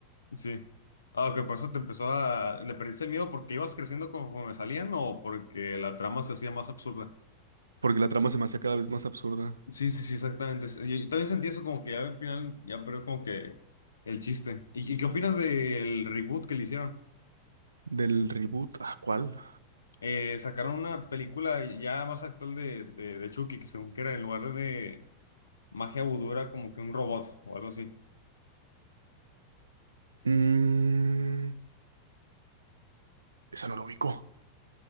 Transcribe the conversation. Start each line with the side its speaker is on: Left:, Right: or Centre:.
Left: Sí. Ah, que por eso te empezó a... ¿Le perdiste el miedo porque ibas creciendo conforme salían o porque la trama se hacía más absurda?
Right: Porque la trama se me hacía cada vez más absurda.
Left: Sí, sí, sí, exactamente. Yo, yo también sentí eso como que ya al final ya pero como que el chiste. ¿Y, y qué opinas del reboot que le hicieron?
Right: Del reboot, ¿a cuál?
Left: Eh, sacaron una película ya más actual de, de, de Chucky, que según que era en lugar de magia vudú era como que un robot o algo así.
Right: Mm, esa no lo ubico.